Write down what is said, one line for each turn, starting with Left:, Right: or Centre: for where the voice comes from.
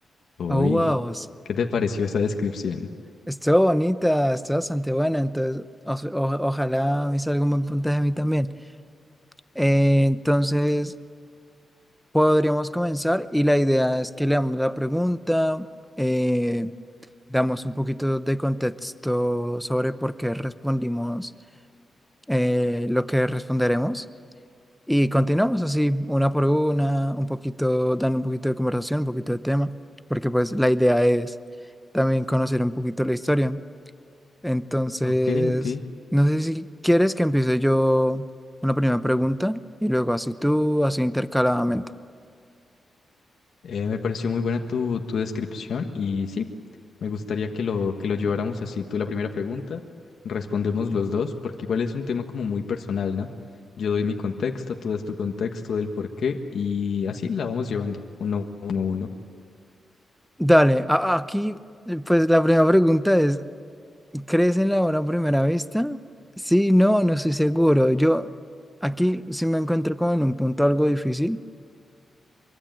Left: Uy,
Centre: Oh, wow. es-
Left: ¿qué te pareció esa descripción?
Centre: Estuvo bonita, estuvo bastante buena. Entonces, o- o- ojalá me salga un buen puntaje a mí también. Eh, entonces, podríamos comenzar y la idea es que leamos la pregunta, eh, damos un poquito de contexto sobre por qué respondimos eh, lo que responderemos y continuamos así, una por una, un poquito, dando un poquito de conversación, un poquito de tema, porque pues la idea es también conocer un poquito la historia. Entonces,
Left: Ok, ok.
Centre: no sé si quieres que empiece yo una primera pregunta y luego así tú, así intercaladamente.
Left: Eh, me pareció muy buena tu, tu descripción y sí, me gustaría que lo, que lo lleváramos así. Tú la primera pregunta, respondemos los dos, porque igual es un tema como muy personal, ¿no? Yo doy mi contexto, tú das tu contexto del por qué y así la vamos llevando, uno, uno, uno.
Centre: Dale, a- aquí, pues la primera pregunta es, ¿crees en la hora a primera vista? Sí, no, no estoy seguro. Yo aquí sí me encuentro como en un punto algo difícil,